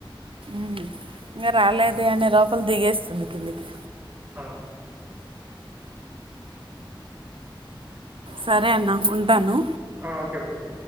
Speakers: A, on the right (about 80°); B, on the right (about 25°).
A: మ్ ఇంగ రాలేదే
B: ఉమ్,
A: అనే లోపల దిగేస్తుంది కిందికి
B: అవును
A: సరే అన్న ఉంటాను
B: ఓకే బుజ్జి